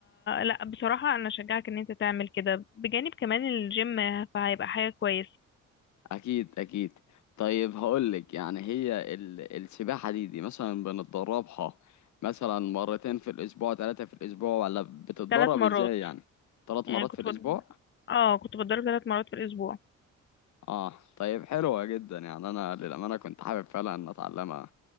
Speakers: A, on the left; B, on the left.
A: لا بصراحة أنا أشجعك إن أنت تعمل كده بجانب كمان الجيم فهيبقى حاجة كويسة
B: اكيد اكيد طيب هقولك يعني هي ال... السباحة دي دي مثلا بنتدربها مثلا مرتين في الاسبوع ثلاثة في الاسبوع ولا بتتدرب
A: ثلاث مرات
B: ازاي يعني ثلاث
A: يعني
B: مرات
A: كنت
B: في الاسبوع
A: بض... اه كنت بتضرب ثلاث مرات في الاسبوع
B: اه طيب حلوة جدا يعني انا للأمانة كنت حابب فعلا ان اتعلمها